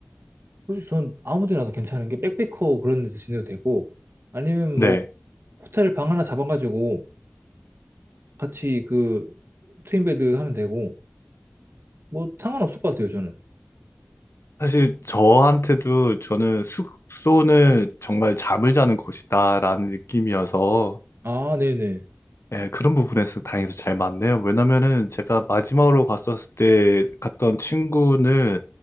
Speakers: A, on the right; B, on the left.
A: 그래서 전 아무 데나 다 괜찮은 게 백패커 그런 데서 지내도 되고 아니면
B: 네.
A: 뭐
B: 네.
A: 호텔 방 하나 잡아가지고 같이 그 트윈베드 하면 되고 뭐 상관없을 것 같아요 저는
B: 사실 저한테도 저는 숙소는 정말 잠을 자는 곳이다라는 느낌이어서
A: 아 네네
B: 예, 그런 부분에서 다행히도 잘 맞네요. 왜냐면은 제가 마지막으로 갔었을 때 갔던 친구는